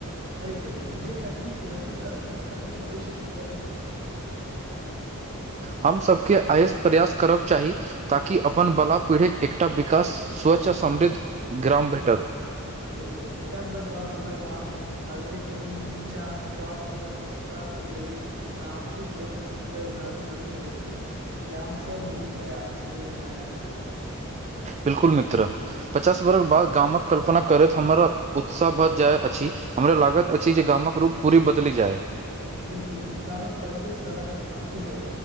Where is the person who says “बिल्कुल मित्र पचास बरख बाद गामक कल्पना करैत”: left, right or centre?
Right